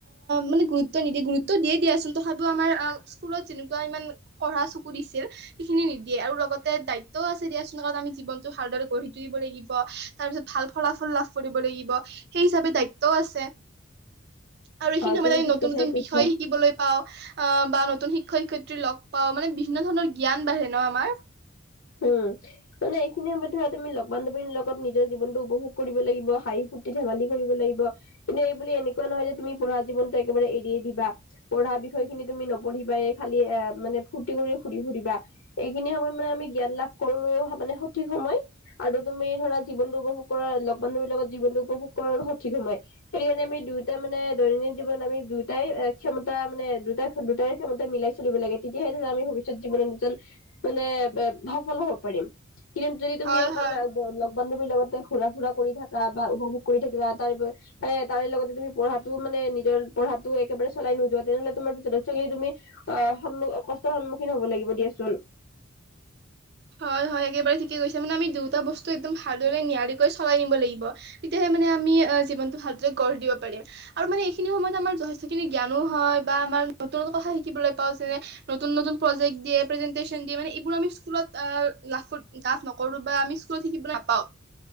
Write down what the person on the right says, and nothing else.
মানে গুৰু ত্ব নিদি গুৰুত্ব দিয়ে দিয়াচোন তথাপিও আমাৰ স্কুলত যেনেকুৱা ইমান কঢ়া চকু দিছিল সেইখিনি নিদিয়ে আৰু লগতে দায়িত্বও আছে দিয়াচোন কাৰণ আমি জীৱনটো ভালদৰে গঢ়ি তুলিব লাগিব তাৰপিছত ভাল ফলাফল লাভ কৰিব লাগিব সেই হিচাপে দায়িত্বও আছে আৰু এইখিনি
সময়তে
ন
শিকিবলৈ পাওঁ অ বা নতুন শিক্ষয়ক শিক্ষয়িত্ৰীৰ লগ পাওঁ মানে বিভিন্ন ধৰণৰ জ্ঞান বাঢ়ে ন আমাৰ
হয়
হয়
হয় হয় একেবাৰে ঠিকে কৈছে মানে আমি দুয়োটা বস্তু একদম ভালদৰে নিয়াৰিকৈ চলাই নিব লাগিব। এতিয়াহে মানে আমি জীৱনটো ভালদৰে গঢ় দিব পাৰিম। আৰু মানে এইখিনি সময়ত আমাৰ যথেষ্টখিনি জ্ঞানো হয় বা আমাৰ নতুন নতুন কথা শিকিবলৈ পাওঁ। যেনে নতুন নতুন প্ৰজেক্ট দিয়ে প্ৰেজেণ্টেছন দিয়ে মানে এইবোৰ আমি স্কুলত অ লাভ ফুত লাভ নকৰো বা আমি স্কুলত শিকিবলৈ নাপাওঁ।